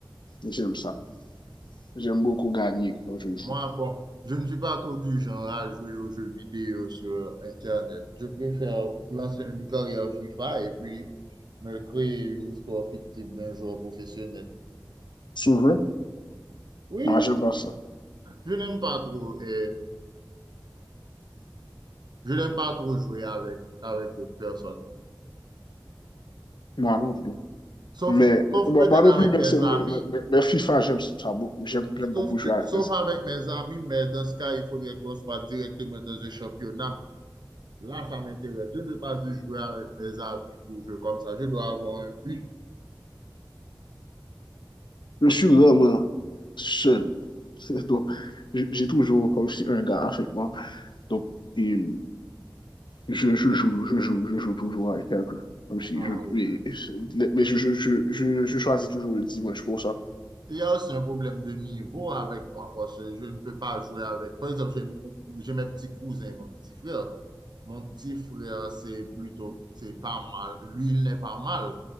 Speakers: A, on the left; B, on the right.
A: J'aime ça. J'aime beaucoup gagner quand je joue.
B: Moi, bon, je ne suis pas trop du genre à jouer aux jeux vidéo sur Internet. Je préfère lancer une carrière FIFA et puis me créer une histoire fictive d'un joueur professionnel.
A: C'est vrai?
B: Oui,
A: Moi, j'aime pas ça.
B: je n'aime pas trop et, je n'aime pas trop jouer avec, avec d'autres personnes.
A: Moi non plus.
B: Sauf,
A: Mais
B: sauf
A: euh, moi,
B: peut-être
A: moi non
B: avec
A: plus, mais,
B: mes
A: c'est- mais-
B: amis
A: mais- mais FIFA, j'aime ça beaucoup. J'aime
B: Sauf
A: j'aime beaucoup jouer
B: que,
A: avec
B: sauf
A: ça.
B: avec mes amis, mais dans ce cas, il faudrait qu'on soit directement dans un championnat. Là, ça m'intéresse. Je ne veux pas juste jouer avec mes amis pour jouer comme ça. Je dois avoir un but.
A: Je suis vraiment seul. <laughs> Donc, j- j'ai toujours comme si un gars avec moi. Donc, et je, je joue, je joue, je joue toujours avec quelqu'un. Comme si
B: Ah,
A: je,
B: ok.
A: mais mais je, je, je, je, je choisis toujours le dimanche pour ça.
B: Il y a aussi un problème de niveau avec moi parce que je ne peux pas jouer avec. Par exemple, j'ai mon- j'ai mes petits cousins, mon petit frère. Mon petit frère, c'est plutôt, c'est pas mal. Lui, il n'est pas mal.